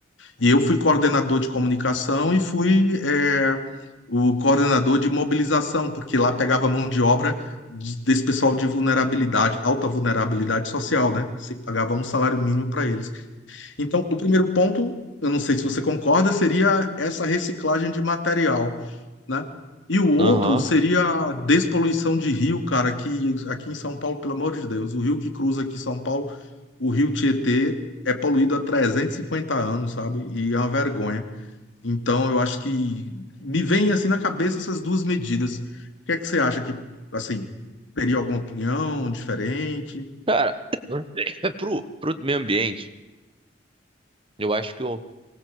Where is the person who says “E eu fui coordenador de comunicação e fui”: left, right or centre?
Left